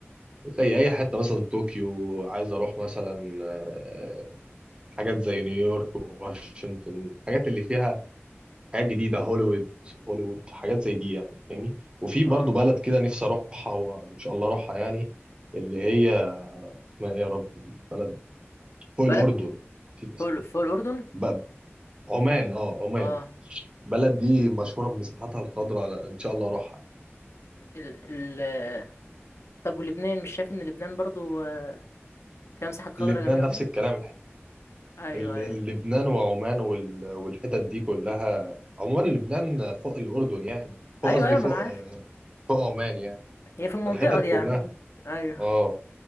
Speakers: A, on the right; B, on the left.
A: زي اي حته مثلا طوكيو عايز اروح مثلا آه، حاجات زي نيويورك وواشنطن الحاجات اللي فيها حاجات جديده هوليوود هوليوود حاجات زي دي يعني فاهمني وفي
B: اه
A: برضو بلد كده نفسي اروحها وان شاء الله اروحها يعني اللي هي اسمها ايه يا ربي بلد فوق
B: بلد
A: الأردن نسيت اسمها
B: في ال- في الاردن
A: ب- عمان اه عمان
B: اه
A: بلد دي مشهورة بمساحاتها الخضراء على- إن شاء الله أروحها يعني.
B: ال... ال... طب ولبنان مش شايف ان لبنان برضو آه، فيها مساحات خضراء
A: لبنان
B: جميله
A: نفس
B: وكده
A: الكلام الح-
B: ايوه
A: ال-
B: ايوه
A: ال- لبنان وعمان وال- والحتت دي كلها عموما لبنان فوق الأردن يعني فوق
B: ايوه
A: قصدي
B: ايوه
A: فوق
B: ما انا عارف
A: آه، فوق عمان يعني
B: هي في المنطقه
A: الحتت
B: دي يعني
A: كلها
B: عموما ايوه
A: اه